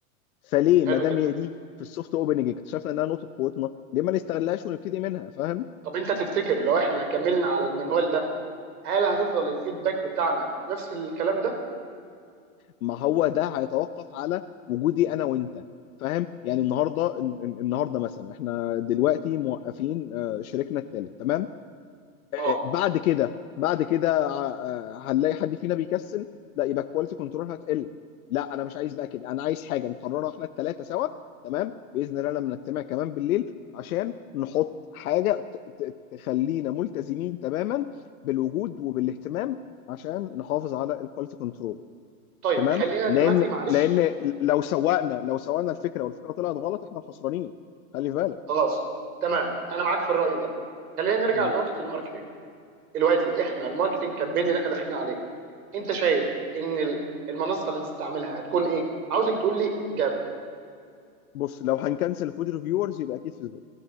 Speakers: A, on the left; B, on the right.
A: فليه
B: حلو
A: ما دام
B: جدا
A: هي دي في السوفت اوبننج اكتشفنا انها نقطه قوتنا ليه ما نستغلهاش ونبتدي منها فاهم
B: طب انت تفتكر لو احنا كملنا على المنوال ده هل هتفضل الفيدباك بتاعنا نفس الكلام ده؟
A: ما هو ده هيتوقف على وجودي انا وانت فاهم يعني النهارده الن- الن- النهارده مثلا احنا دلوقتي موقفين آه، شريكنا الثالث تمام آه،
B: اه
A: آه، بعد كده بعد كده آه، آه، هنلاقي حد فينا بيكسل لا يبقى الكواليتي كنترول هتقل لا انا مش عايز بقى كده انا عايز حاجه نقررها احنا الثلاثه سوا تمام باذن الله لما نجتمع كمان بالليل عشان نحط حاجه ت- ت- تخلينا ملتزمين تماما بالوجود وبالاهتمام عشان نحافظ على الكواليتي كنترول
B: طيب
A: تمام
B: خلينا دلوقتي
A: لان
B: معلش
A: لان لو سوقنا لو سوقنا الفكره والفكره طلعت غلط احنا الخسرانين خلي في بالك
B: خلاص تمام انا معاك في الرأي ده خلينا نرجع
A: مم.
B: لنقطة الماركتينج دلوقتي احنا الماركتينج كامبين اللي احنا داخلين عليها انت شايف ان ال- المنصة اللي نستعملها هتكون ايه؟ عاوزك تقول لي اجابة
A: بص لو هنكنسل فود ريفيورز يبقى اكيد فيسبوك